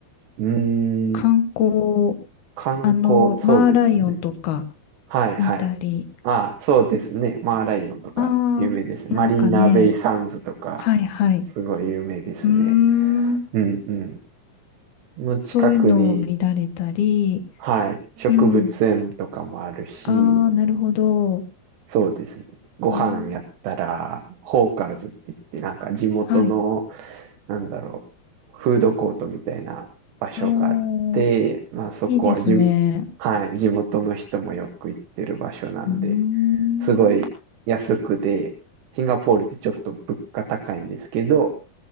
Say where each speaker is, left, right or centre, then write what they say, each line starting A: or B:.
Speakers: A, on the right; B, on the left.
A: うん。
B: 観光、
A: 観光、
B: あの、
A: そうですね。
B: マーライオンとか
A: はいはい。
B: 見たり、
A: ああ、そうですね。マーライオンとか有名ですね。
B: ああ、なんかね、
A: マリーナベイサンズとか、
B: はいはい。
A: すごい有名ですね。
B: うーん。
A: うんうん。の近くに、
B: そういうのを見られたり、
A: はい、植物園とかもあるし、
B: うん。ああ、なるほど。
A: そうですね。ご飯やったら、
B: うん。
A: ホーカーズって言って、なんか地元の、
B: はい。
A: なんだろう、フードコートみたいな場所があって、
B: おー、
A: まあそこはじ、
B: いいですね。
A: はい、地元の人もよく行ってる場所なんで、
B: うーん。
A: すごい安くで、シンガポールってちょっと物価高いんですけど、